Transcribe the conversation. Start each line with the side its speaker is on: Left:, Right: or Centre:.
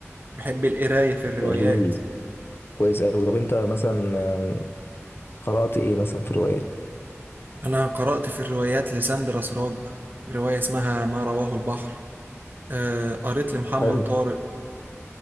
Right: بحب القراية في
Left: التأليف
Right: الروايات
Left: كويس قوي طب انت مثلا آم، قرأت ايه مثلا في روايات
Right: انا قرأت في الروايات لساندرا سراج رواية اسمها ما رواه البحر آه، قريت لمحمد
Left: حلو
Right: طارق